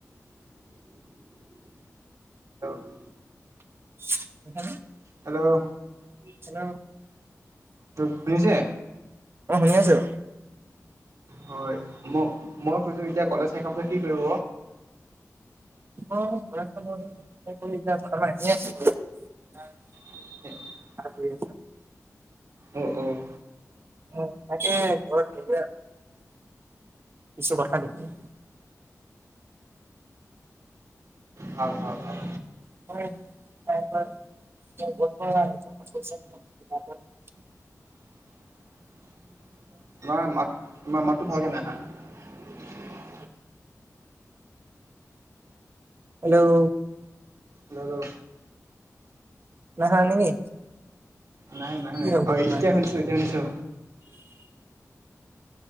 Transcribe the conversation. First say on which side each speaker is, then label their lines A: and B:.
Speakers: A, on the right; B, on the right.
A: <unintelligible>
B: <unintelligible>
A: হেল্ল'
B: হেল্ল'
A: ত শুনিছে
B: অ শুনি আছো
A: হয় ম মই কৈছো এতিয়া কলেজ শেষ পাছত কি কৰিব
B: মই বৰ্তমান এনেই আছোঁ বাৰু
A: <unintelligible>
B: কৰি আছ
A: অঁ অঁ
B: অ তাকে ঘৰত কিছু কথা নেকি
A: ভাল-ভাল-ভাল
B: হয় টাইমপাছ গৰ <unintelligible>
A: <unintelligible> তোমাৰ মাত তোমাৰ মাতটো ভালকে নাই অহা
B: হেল্ল'
A: দদৌ
B: নাহা নেকি
A: নাই শুনা
B: কি
A: নাই
B: হ'ব
A: শুনা অ
B: তোমাৰ
A: এতিয়া শুনিছো এতিয়া শুনিছো